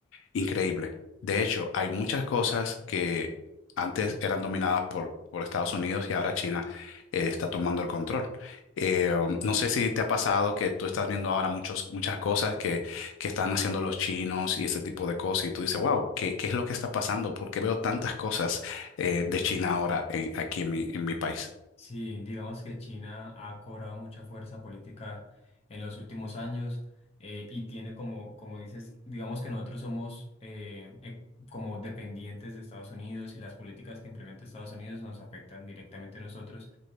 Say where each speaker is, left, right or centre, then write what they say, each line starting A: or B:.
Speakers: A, on the left; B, on the left.
A: Increíble. De hecho, hay muchas cosas que antes eran dominadas por, por Estados Unidos y ahora China eh, está tomando el control. Eh, um, no sé si te ha pasado que tú estás viendo ahora muchos, muchas cosas que, que están haciendo los chinos y ese tipo de cosas y tú dices, wow, ¿qué, qué es lo que está pasando? ¿Por qué veo tantas cosas eh, de China ahora en- aquí en mi, en mi país?
B: Sí, digamos que China ha cobrado mucha fuerza política en los últimos años eh, y tiene como, como dices, digamos que nosotros somos eh, eh, como dependientes de Estados Unidos y las políticas que implementa Estados Unidos nos afectan directamente a nosotros